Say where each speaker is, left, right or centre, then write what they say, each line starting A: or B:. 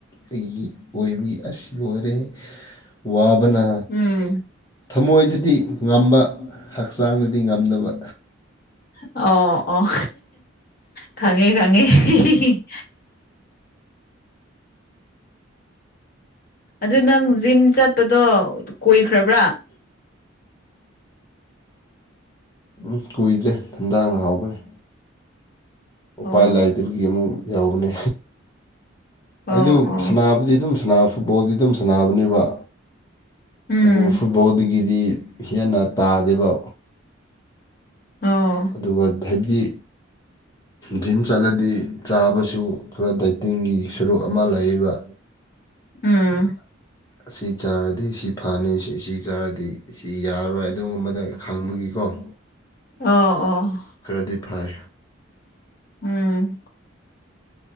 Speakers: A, on the left; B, on the left.
A: ꯑꯩ ꯑꯣꯏꯕꯒꯤ ꯑꯁꯤ ꯑꯣꯏꯔꯦ ꯋꯥ ꯑꯗꯨꯅ
B: ꯎꯝ
A: ꯊꯃꯣꯏꯗꯗꯤ ꯉꯝꯕ ꯍꯛꯆꯥꯡꯗꯗꯤ ꯉꯝꯗꯕ
B: ꯑꯣ ꯑꯣ ꯈꯉꯦ ꯈꯉꯦ <inaudible> ꯑꯗꯨ ꯅꯪ ꯖꯤꯝ ꯆꯠꯄꯗꯣ ꯀꯣꯏꯈ꯭ꯔꯕ꯭ꯔꯥ
A: ꯎꯝ ꯀꯨꯏꯗ꯭ꯔꯦ ꯍꯟꯖꯥꯡꯅ ꯍꯥꯎꯕ꯭ꯔꯅꯦ
B: ꯑꯣ
A: ꯎꯄꯥꯏ ꯂꯥꯏꯗꯕꯒꯤ ꯑꯃꯨꯛ ꯌꯥꯎꯕꯅꯦ
B: ꯑꯣ
A: ꯑꯗꯨ
B: ꯑꯣ
A: ꯁꯅꯥꯕꯨꯗꯤ ꯑꯗꯨꯝ ꯐꯨꯠꯕꯣꯜꯗꯤ ꯑꯗꯨꯝ ꯁꯥꯟꯅꯕꯅꯦꯕ
B: ꯎꯝ
A: ꯑꯗꯨ ꯐꯨꯠꯕꯣꯜꯗꯒꯤ ꯗꯤ ꯍꯦꯟꯅ ꯇꯥꯗꯦꯕ
B: ꯑꯣ
A: ꯑꯗꯨꯒ ꯍꯥꯏꯕꯤꯗꯤ ꯖꯤꯝ ꯆꯠꯂꯗꯤ ꯆꯥꯕꯁꯨ ꯈꯔ ꯗꯥꯏꯇꯤꯡꯒꯤ ꯁꯔꯨꯛ ꯑꯃ ꯂꯩꯌꯦꯕ
B: ꯎꯝ
A: ꯑꯁꯤ ꯆꯥꯔꯗꯤ ꯁꯤ ꯐꯅꯤ ꯁꯤ ꯆꯥꯔꯗꯤ ꯁꯤ ꯌꯥꯔꯔꯣꯏ ꯑꯗꯨꯒꯨꯝꯕꯗ ꯈꯪꯕꯒꯤꯀꯣ ꯑꯣ
B: ꯑꯣ ꯑꯣ
A: ꯈꯔꯗꯤ ꯐꯥꯏ
B: ꯎꯝ